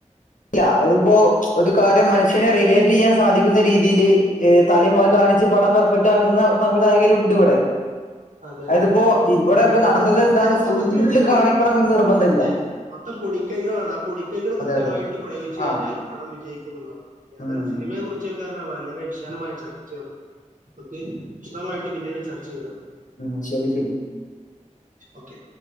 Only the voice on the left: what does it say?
ഇല്ല ഇതിപ്പോ ഒരു കാര്യം മനുഷ്യനെ റിലേറ്റെയ്യാൻ സാധിക്കുന്ന രീതിയില് തലയുംവാല് കാണിച്ചു പട ഒറ്റാക്കുന്ന സംവിധായകരു ഉണ്ട് ഇവടെ
അത്പ്പോ ഇവടെ
ഇപ്പ നടന്നത്
എന്താണ്
ഫുള്ള്
കാണിക്കണം എന്ന് നിർബന്ധ ഇല്ല.
അതെ
ആ
ഉം
ഉം ശെരി ശെരി